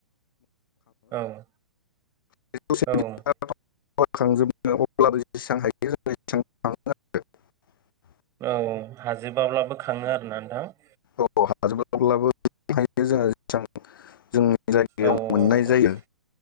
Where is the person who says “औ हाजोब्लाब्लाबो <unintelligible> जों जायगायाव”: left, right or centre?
Left